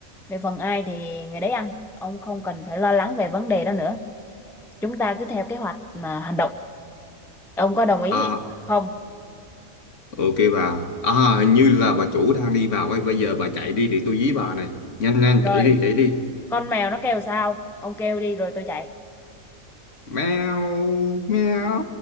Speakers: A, in the centre; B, on the left.
A: Về phần ai thì người đấy ăn, ông không cần phải lo lắng về vấn đề đó nữa. Chúng ta cứ theo kế hoạch mà hành động. Ông có đồng ý
B: à
A: không?
B: ok bà à hình như là bà chủ đang đi vào ấy bây giờ bà chạy đi để tôi dí bà này nhanh nhanh
A: Rồi,
B: chạy đi chạy đi
A: con mèo nó kêu sao? Ông kêu đi rồi tôi chạy.
B: Mèo, mèo.